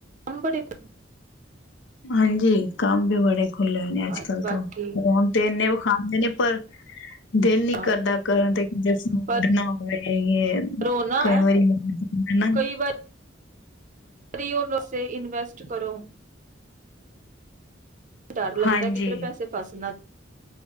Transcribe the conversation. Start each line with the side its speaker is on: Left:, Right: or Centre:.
Right: ਅੰਬਰਿਤ
Left: ਹਾਂਜੀ, ਕੰਮ ਵੀ ਬੜੇ ਖੁੱਲੇ ਨੇ ਅੱਜ
Right: ਹਾਂ
Left: ਕੱਲ
Right: ਬਾਕੀ
Left: ਤਾਂ ਫੋਨ ਤੇ ਇੰਨੇ ਵਖਾਂਦੇ ਨੇ ਪਰ ਦਿਲ ਨੀ
Right: ਹਾਂ
Left: ਕਰਦਾ ਕਰਨ ਦੇ ਜੇ ਫੂਡ
Right: ਪਰ
Left: ਨ ਹੋਵੇ
Right: ਉਹ ਨਾ
Left: ਕਈ ਵਾਰੀ ਮੈਂ ਦਾ ਨਾ
Right: ਕਈ ਉਹ ਲੋਸੇ ਇਨਵੈਸਟ ਟੈਸਟ ਕਰੋ। ਡਰ ਲੱਗਦਾ
Left: ਹਾਂਜੀ।
Right: ਕਿੱਧਰੇ ਪੈਸੇ ਫਸ ਨਾ